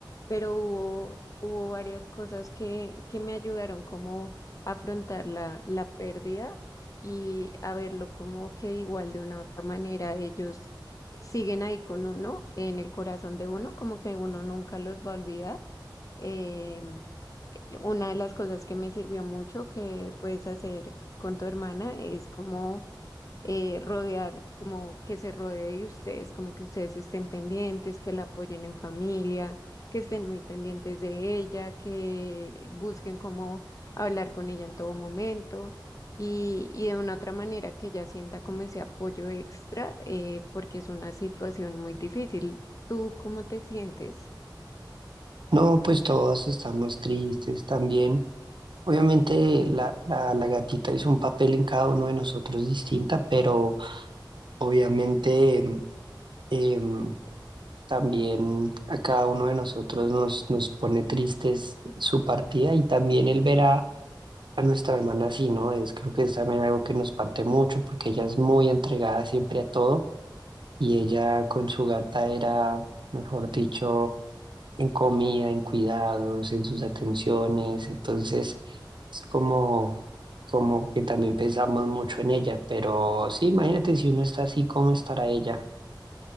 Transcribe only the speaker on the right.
No, pues todos estamos tristes también. Obviamente la, la, la gatita hizo un papel en cada uno de nosotros distinta, pero obviamente em, em, también a cada uno de nosotros nos, nos pone tristes su partida y también el ver a a nuestra hermana sí, ¿no? Es, creo que es también algo que nos parte mucho porque ella es muy entregada siempre a todo y ella con su gata era, mejor dicho, en comida, en cuidados, en sus atenciones. Entonces, es como, como que también pensamos mucho en ella, pero sí, imagínate si uno está así, ¿cómo estará ella?